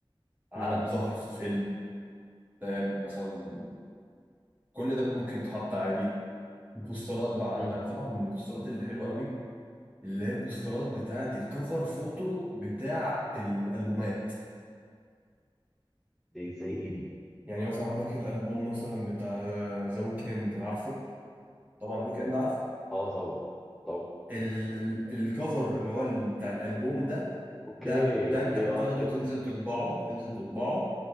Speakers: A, on the right; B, in the centre.
A: علم
B: امم
A: ظهر في فيلم فاهم مثلا كل ده ممكن يتحط عادي البوسترات بقى عندك
B: امم
A: طبعا من البوسترات اللي حلوه قوي اللي هي البوسترات بتاعه الكفر فوتو بتاع الالبومات
B: دي زي إيه دي؟
A: يعني مثلا عندك الالبوم مثلا بتاع ذا ويك اند عارفه طبعا ويك اند عارف
B: أه طبعا طبعا
A: ال- الكفر اللي هو ال- بتاع الالبوم ده
B: أوكي
A: ده ده
B: أوكي
A: انت بتاخده
B: أه فهمت
A: تنزل تطبعه بتنزل تطبعه